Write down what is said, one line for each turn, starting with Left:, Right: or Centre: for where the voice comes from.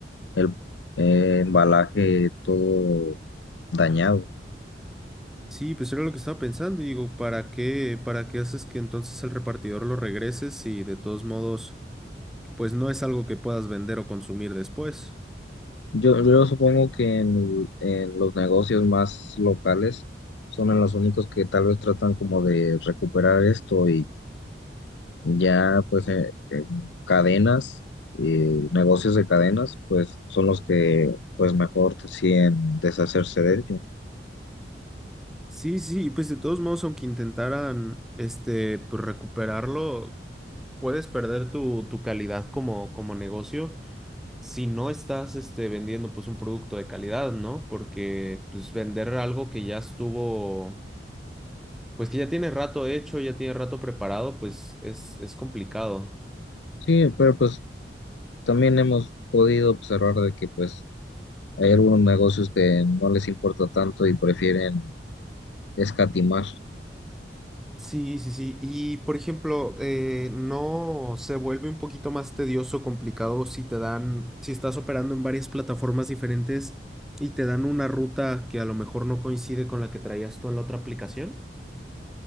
Left: el eh, embalaje todo dañado.
Centre: Sí, pues era lo que estaba pensando y digo, ¿para qué, para qué haces que entonces el repartidor lo regrese si de todos modos pues no es algo que puedas vender o consumir después?
Left: Yo, yo supongo que en, en los negocios más locales son en los únicos que tal vez tratan como de recuperar esto Ya, pues, eh, en cadenas, eh, negocios de cadenas, pues, son los que, pues, mejor deciden deshacerse de ello.
Centre: Sí, sí, pues de todos modos, aunque intentaran este, pues recuperarlo, puedes perder tu, tu calidad como, como negocio si no estás este, vendiendo pues un producto de calidad, ¿no? Porque pues vender algo que ya estuvo, pues que ya tiene rato hecho, ya tiene rato preparado, pues es, es complicado.
Left: Sí, pero, pues, también hemos podido observar de que, pues, hay algunos negocios que no les importa tanto y prefieren escatimar.
Centre: Sí, sí, sí. Y por ejemplo, eh, ¿no se vuelve un poquito más tedioso, complicado si te dan, si estás operando en varias plataformas diferentes y te dan una ruta que a lo mejor no coincide con la que traías tú en la otra aplicación?